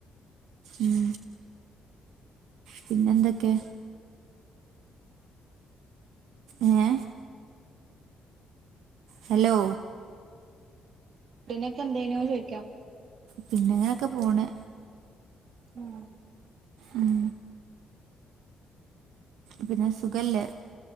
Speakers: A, on the right; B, on the right.
A: ഉം പിന്നെ എന്തൊക്കെ ഏഹ് ഹലോ
B: പിന്നക്കെ എന്തേനു ചോയിക്കാ
A: പിന്നെങ്ങനൊക്കെ പോണ്
B: ഉം
A: ഉം പിന്നെ സുഖല്ലേ